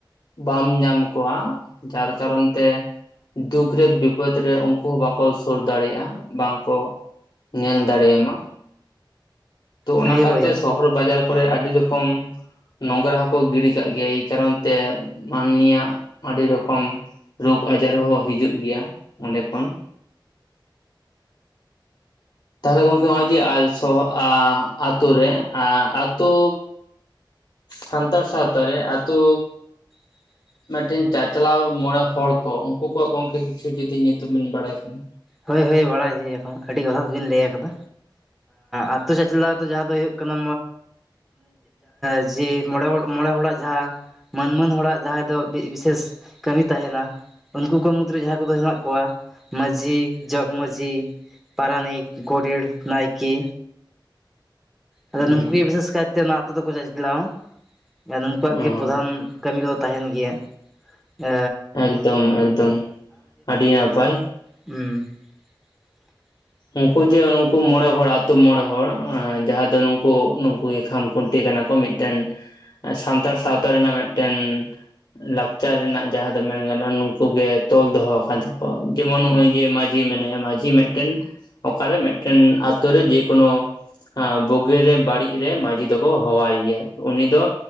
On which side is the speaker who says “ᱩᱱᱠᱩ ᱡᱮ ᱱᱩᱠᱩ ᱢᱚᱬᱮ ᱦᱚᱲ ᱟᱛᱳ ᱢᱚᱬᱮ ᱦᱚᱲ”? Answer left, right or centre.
Left